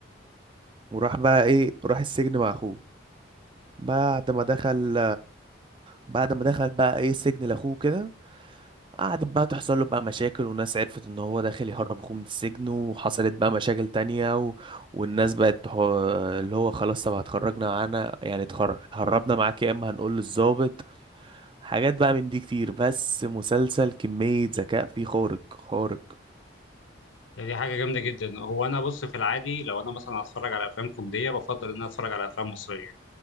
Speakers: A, on the right (about 25°); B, on the left (about 85°).
A: وراح بقى ايه راح السجن مع اخوه بعد ما دخل بعد ما دخل بقى ايه سجن لاخوه كده قعدت بقى تحصل له بقى مشاكل وناس عرفت ان هو داخل يهرب اخوه من السجن وحصلت بقى مشاكل تانية و... والناس بقت تح... اللي هو خلاص طب هتخرجنا معانا يعني اتخر- هربنا معاك يا اما هنقول للضابط حاجات بقى من دي كتير بس مسلسل كمية ذكاء فيه خارق خارق
B: ده دي حاجه جامده جدا هو انا بص في العادي لو انا مثلا هتفرج على افلام كوميديه بفضل ان انا اتفرج على افلام مصريه